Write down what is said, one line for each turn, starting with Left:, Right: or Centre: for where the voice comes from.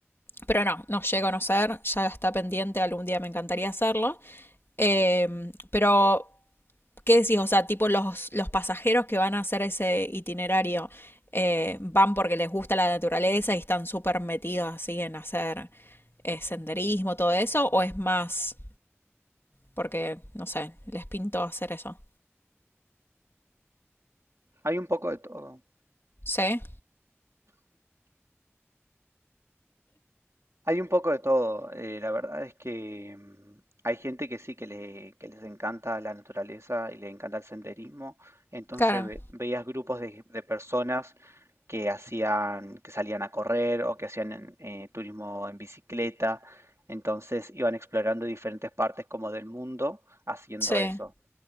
Left: pero no, no llego a conocer, ya está pendiente, algún día me encantaría hacerlo. Eh, pero, ¿qué decís? O sea, tipo los, los pasajeros que van a hacer ese itinerario eh, van porque les gusta la naturaleza y están súper metidos así en hacer eh, senderismo, todo eso, o es más porque, no sé, les pintó hacer eso.
Right: Hay un poco de todo.
Left: Sí,
Right: Hay un poco de todo. eh, la verdad es que mm, hay gente que sí que, le, que les encanta la naturaleza y le encanta el senderismo. Entonces
Left: claro,
Right: ve- veías grupos de, de personas que hacían, que salían a correr o que hacían eh, turismo en bicicleta. Entonces iban explorando diferentes partes como del mundo haciendo
Left: sí,
Right: eso.